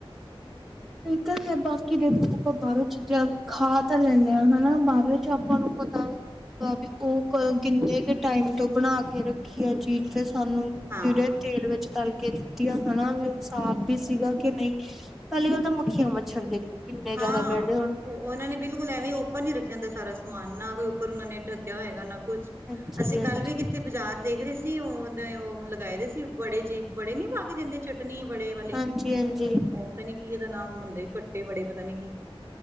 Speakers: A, in the centre; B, on the right.
A: ਇਹ ਤਾਂ ਹੈ ਬਾਕੀ ਦੇਖੋ ਆਪਾਂ ਬਾਹਰੋ ਚੀਜ਼ਾਂ ਖਾ ਤਾਂ ਲੈਂਦੇ ਹਾਂ ਹਨਾ ਬਾਅਦ ਚ ਆਪਾਂ ਨੂੰ ਪਤਾ ਵੀ ਉਹ ਕਿੰਨੇ ਕੁ ਟਾਈਮ ਤੋਂ ਬਣਾ ਕੇ ਰੱਖੀ ਆ ਚੀਜ਼ ਤੇ ਸਾਨੂੰ ਜਿਹੜੇ
B: ਹਾਂ
A: ਤੇਲ ਵਿੱਚ ਤਲ ਕੇ ਦਿੱਤੀਆਂ ਹੈਨਾ ਵੀ ਉਹ ਸਾਫ਼ ਵੀ ਸੀਗਾ ਕਿ ਨਹੀਂ ਪਹਿਲੀ ਗੱਲ ਮੱਖੀਆਂ ਮੱਛਰ ਦੇਖੋ ਕਿੰਨੇ ਜ਼ਿਆਦਾ
B: ਹਾਂ
A: ਬੈਠਦੇ ਹੁਣ
B: ਉਹ ਉਹ ਇਹਨਾਂ ਨੇ ਬਿਲਕੁਲ ਐਵੇਂ ਓਪਨ ਨਹੀਂ ਰੱਖਿਆ ਹੁੰਦਾ ਸਾਰਾ ਸਮਾਨ ਨਾ ਕੋਈ ਉੱਪਰ ਉਹਨਾਂ ਨੇ ਢੱਕਿਆ ਹੋਏਗਾ ਨਾ ਕੁਛ।
A: ਹਾਂਜੀ
B: ਅਸੀਂ ਕੱਲ
A: ਹਾਂਜੀ
B: ਵੀ ਕਿੱਥੇ ਬਾਜ਼ਾਰ ਦੇਖਰੇ ਸੀ ਜੀ ਉਹ ਉਹ ਲਗਾਏ ਦੇ ਸੀ ਬੜੇ ਜੇ ਬੜੇ ਨੀ ਪਾਕੇ ਦਿੰਦੇ ਚ ਚਟਨੀ ਬੜੇ ਵਾਲੇ
A: ਹਾਂਜੀ ਹਾਂਜੀ
B: ਉਹ ਪਤਾ ਨੀ ਕੀ ਓੁਹਦਾ ਨਾਮ <unintelligible> ਕੱਟੇ ਬੜੇ ਪਤਾ ਨੀ ਕੀ